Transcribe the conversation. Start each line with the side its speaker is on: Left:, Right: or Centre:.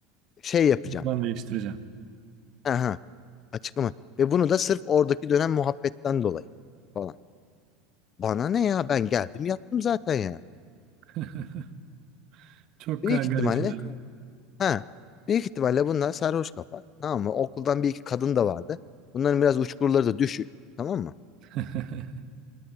Left: şey yapacağım.
Right: Ben değiştireceğim.
Left: Aha, açıklama. Ve bunu da sırf oradaki dönem muhabbetten dolayı falan. Bana ne ya ben geldim yattım zaten yani.
Right: <laughs> Çok
Left: Büyük
Right: garip
Left: ihtimalle
Right: yani.
Left: ha büyük ihtimalle bunlar sarhoş kafa tamam mı? Okuldan bir iki kadın da vardı. Bunların biraz uçkurları da düşük tamam mı?
Right: <laughs>